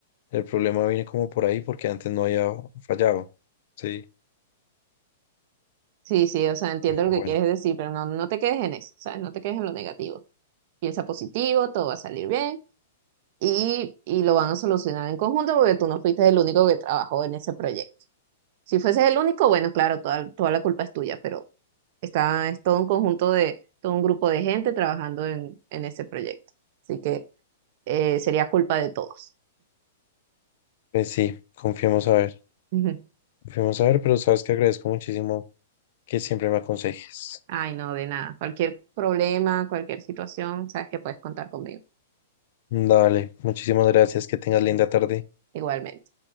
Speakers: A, on the left; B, on the right.
A: el problema viene como por ahí porque antes no había fallado, ¿sí?
B: Sí, sí, o sea, entiendo
A: Pero
B: lo que
A: bueno,
B: quieres decir, pero no, no te quedes en eso, ¿sabes? No te quedes en lo negativo. Piensa positivo, todo va a salir bien y, y lo van a solucionar en conjunto porque tú no fuiste el único que trabajó en ese proyecto. Si fueses el único, bueno, claro, toda, toda la culpa es tuya, pero está, es todo un conjunto de, todo un grupo de gente trabajando en, en ese proyecto. Así que eh, sería culpa de todos.
A: pues sí, confiemos a ver.
B: <laughs> Ujú.
A: Fuimos a ver, pero sabes que agradezco muchísimo que siempre me aconsejes.
B: Ay, no, de nada. Cualquier problema, cualquier situación, sabes que puedes contar conmigo,
A: Dale, muchísimas gracias, que tengas linda tarde.
B: igualmente.